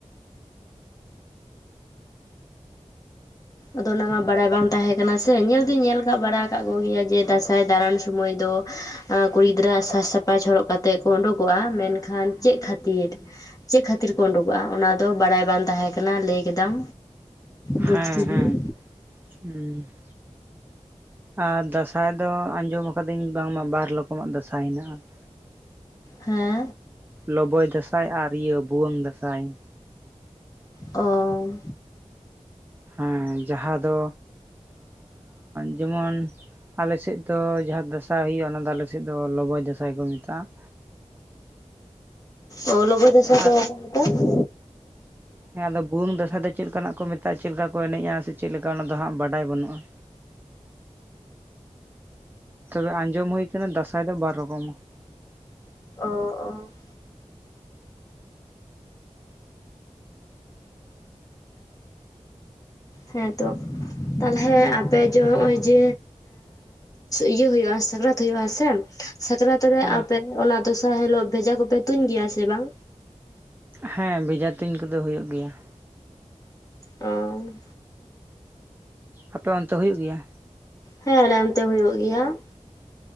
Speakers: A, on the left; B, on the right.
A: ᱟᱫᱚ ᱚᱱᱟ ᱢᱟ ᱵᱟᱲᱟᱭ ᱵᱟᱝ ᱛᱟᱦᱮᱸ ᱠᱟᱱᱟ ᱥᱮ ᱧᱮᱞ ᱫᱩᱧ ᱧᱮᱞ ᱠᱟᱜ ᱵᱟᱲᱟ ᱠᱟᱜ ᱠᱚᱜᱮᱭᱟ᱾ ᱡᱮ ᱫᱟᱸᱥᱟᱭ ᱫᱟᱬᱟᱱ ᱥᱚᱢᱚᱭ ᱫᱚ ᱠᱩᱲᱤ ᱜᱤᱫᱽᱨᱟᱹ ᱟᱜ ᱥᱟᱡᱽ ᱥᱟᱯᱷᱟᱡ ᱦᱚᱨᱚᱜ ᱠᱟᱛᱮᱫ ᱠᱚ ᱩᱰᱩᱠᱚᱜᱼᱟ᱾ ᱢᱮᱱᱠᱷᱟᱱ ᱪᱮᱫ ᱠᱷᱟᱹᱛᱤᱨ ᱪᱮᱫ ᱠᱷᱟᱹᱛᱤᱨ ᱠᱚ ᱩᱰᱩᱠᱚᱜᱼᱟ ᱚᱱᱟᱫᱚ ᱵᱟᱲᱟᱭ ᱵᱟᱝ ᱛᱟᱦᱮᱸ ᱠᱟᱱᱟ ᱾ ᱞᱟᱹᱭ ᱠᱮᱫᱟᱢ ᱵᱩᱡᱽ
B: ᱦᱮᱸ
A: ᱠᱤᱫᱟᱹᱧ
B: ᱦᱮᱸ ᱦᱮᱸ ᱾ ᱟᱨ ᱫᱟᱸᱥᱟᱭ ᱫᱚ ᱟᱸᱡᱚᱢ ᱟᱠᱟᱫᱟᱹᱧ ᱵᱟᱝᱢᱟ ᱵᱟᱨ ᱨᱚᱠᱚᱢᱟᱜ ᱫᱟᱸᱥᱟᱭ ᱢᱮᱱᱟᱜᱼᱟ ᱾
A: ᱦᱮᱸ,
B: ᱞᱚᱵᱚᱭ ᱫᱟᱸᱥᱟᱭ ᱟᱨ ᱤᱭᱟᱹ ᱵᱷᱩᱣᱟᱹᱝ ᱫᱟᱸᱥᱟᱭ ᱾
A: ᱚᱻ
B: ᱦᱮᱸ ᱡᱟᱦᱟᱸ ᱫᱚ ᱡᱮᱢᱚᱱ ᱟᱞᱮᱥᱮᱫ ᱫᱚ ᱡᱟᱦᱟᱸ ᱫᱟᱸᱥᱟᱭ ᱦᱩᱭᱩᱜᱼᱟ, ᱚᱱᱟ ᱫᱚ ᱟᱞᱮᱥᱮᱫ ᱫᱚ ᱞᱚᱵᱚᱭ ᱫᱟᱸᱥᱟᱭ ᱠᱚ ᱢᱮᱛᱟᱜᱼᱟ ᱾
A: ᱚ ᱞᱚᱵᱚᱭ ᱫᱟᱸᱥᱟᱭ ᱫᱚ
B: ᱟᱨ
A: ᱚᱠᱟ ᱞᱮᱠᱟ?
B: ᱦᱮᱸ ᱟᱫᱚ ᱵᱷᱩᱣᱟᱝ ᱫᱟᱸᱥᱟᱭ ᱫᱚ ᱪᱮᱫ ᱞᱮᱠᱟᱱᱟᱜ ᱠᱚ ᱢᱮᱛᱟᱜᱼᱟ ᱪᱮᱫ ᱞᱮᱠᱟ ᱠᱚ ᱮᱱᱮᱡᱼᱟ ᱥᱮ ᱪᱮᱫ ᱞᱮᱠᱟ ᱚᱱᱟ ᱫᱚ ᱦᱟᱸᱜ ᱵᱟᱰᱟᱭ ᱵᱟᱹᱱᱩᱜᱼᱟ ᱾ ᱛᱚᱵᱮ ᱟᱸᱡᱚᱢ ᱦᱳᱭ ᱠᱟᱱᱟ ᱫᱟᱸᱥᱟᱭ ᱫᱚ ᱵᱟᱨ ᱨᱚᱠᱚᱢᱟ ᱾
A: ᱚ, ᱚ ᱾ ᱦᱮᱸ ᱛᱚ ᱾ ᱛᱟᱞᱦᱮ ᱟᱯᱮ ᱡᱮ ᱱᱚᱜᱼᱚᱭ ᱡᱮ ᱤᱭᱟᱹ ᱦᱩᱭᱩᱜᱼᱟ ᱥᱟᱠᱨᱟᱛ ᱦᱩᱭᱩᱜᱼᱟ ᱥᱮ ᱥᱟᱠᱨᱟᱛ ᱨᱮ
B: ᱦᱮᱸ
A: ᱟᱯᱮ ᱚᱱᱟ ᱫᱚᱥᱟᱨ ᱦᱤᱞᱳᱜ ᱵᱮᱡᱷᱟ ᱠᱚᱯᱮ ᱛᱩᱧ ᱜᱮᱭᱟ ᱥᱮ ᱵᱟᱝ?
B: ᱦᱮᱸ ᱵᱮᱡᱷᱟ ᱛᱩᱧ ᱠᱚᱫᱚ ᱦᱩᱭᱩᱜ ᱜᱮᱭᱟ ᱾
A: ᱚᱻ,
B: ᱟᱯᱮ ᱚᱱᱛᱮ ᱦᱩᱭᱩᱜ ᱜᱮᱭᱟ?
A: ᱦᱮᱸ ᱟᱞᱮ ᱚᱱᱛᱮ ᱦᱩᱭᱩᱜ ᱜᱮᱭᱟ ᱾